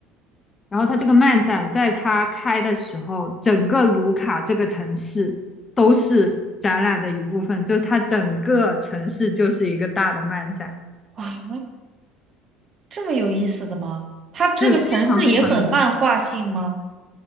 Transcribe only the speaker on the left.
然后他这个漫展在他开的时候，整个卢卡这个城市都是展览的一部分，就是它整个城市就是一个大的漫展。
对，非常非常有意思。